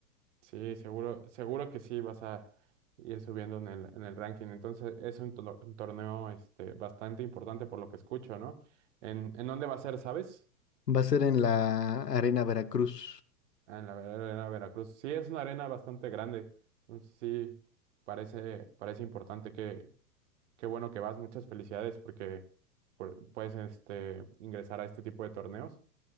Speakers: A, on the right; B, on the left.
A: sí, seguro, seguro que sí vas a ir subiendo en el, en el ranking. Entonces, es un, tor- un torneo este, bastante importante por lo que escucho, ¿no? ¿En, en dónde va a ser, sabes?
B: Va a ser en la Arena Veracruz.
A: Ah, en la ver- Arena Veracruz. Sí, es una arena bastante grande. Entonces, sí, parece, parece importante que, qué bueno que vas. Muchas felicidades porque por- puedes este, ingresar a este tipo de torneos.